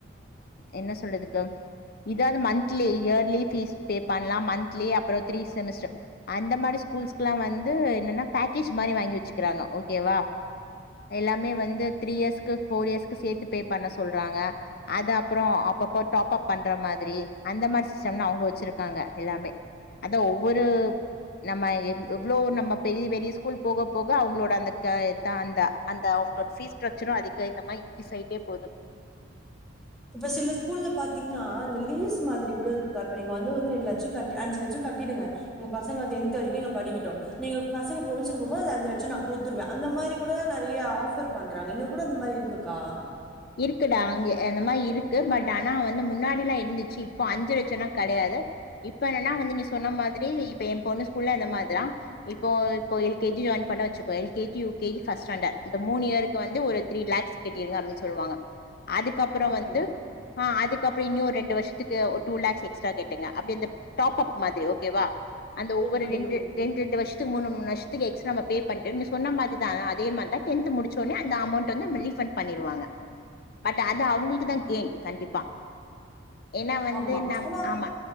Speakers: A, on the left (about 50°); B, in the centre.
A: என்ன சொல்றதுக்கு இதாவது மந்த்லி இயர்லி ஃபீஸ் பேப் பண்ணலாம் மந்த்லி அப்புறம் த்ரீ செமஸ்டர் அந்த மாரி ஸ்கூல்கலா வந்து என்னன்னா பேக்கேஜ் மாதிரி வாங்கி வச்சுக்கிறாங்க ஓகேவா எல்லாமே வந்து த்ரீ இயர்ஸ்க்கு போர் இயர்ஸ்கு சேர்த்து பேப் பண்ண சொல்றாங்க அது அப்புறம் அப்பப்ப டாப் அப் பண்ற மாதிரி அந்த மாதிரி சிஸடம் லா அவுங்க வச்சிருக்காங்க எல்லாமே அத ஒவ்வொரு நம்ம எவ்வளோ நம்ம பெரிய பெரிய ஸ்கூல் போக போக அவங்களோட அந்த அந்த அந்த அவங்களோட பீஸ் ஸ்ட்ரக்சரும் அதிகமா இன்கிரீஸ் ஆயிட்டே போது
B: இப்ப சில ஸ்கூல்ல பாத்தீங்கன்னா இந்த லீஸ் மாதிரி கூட இருக்குக்கா இப்ப நீங்க வந்து வந்து ரெண்டு லட்சம் கட்ட அஞ்சு லட்சம் கட்டிடுங்க உங்க பசங்க அத எந்த ஃபிப்த்து வரைக்கும்ங்க படிக்கட்டும் நீங்க பசங்க முடிச்ச போது அஞ்சு லட்சம் நான் குடுத்துருவேன் அந்த மாதிரி நைரய ஆபர் பண்றாங்கங்க கூட மாதிரி இருக்குக்கா
A: இருக்குடா அங்க அந்த மாதிரி இருக்கு பட் ஆனா வந்து முன்னாடி எல்லாம் இருந்துச்சு இப்போ அஞ்சு லட்சம்னா கிடையாது இப்ப என்னன்னா வந்து நீ சொன்ன மாதிரி இப்ப என் பொண்ணு ஸ்கூல்ல அந்த மாதிரிதான் இப்போ இப்போ எல் கேஜி ஜாயின் பண்ண வச்சிருோ எல்கேஜி யுகேஜி ஃபஸ்ட் ஸ்டாண்டர்ட் இந்த மூனு இயருக்கு வந்து ஒரு த்ரீ லக்ஸ் கட்டிருங்க அப்டின்னு சொல்லுவாங்க அதுக்கப்புறம்
B: ஓகே.
A: வந்து ஆஹ் அதுக்கப்புறம் இன்ன ஒரு ரெண்டு வருஷத்துக்கு ஒரு டூ லேக்ஸ் எக்ஸ்ட்ரா கேட்டங்க அப்ப டாப்பப் மாரி ஓகேவா அந்த ஒவ்வொரு
B: ஓகே,
A: ரெண்டு
B: ஓகே.
A: ரெண்டு ரெண்டு வருஷம் மூணு மூணு வருஷத்துக்கு பே பன்னிட்டு அதே மாதிரந்தா டென்த் முடிச்சா அந்த அமொன்ட்வந்து ரீபன்ட் பண்ணிருவாங்க பட் அது அவங்களுக்குதான் கேன் கண்டிப்பா ஏன்னா வந்து
B: ஆமா
A: நம்
B: ஏன்னா
A: ஆமா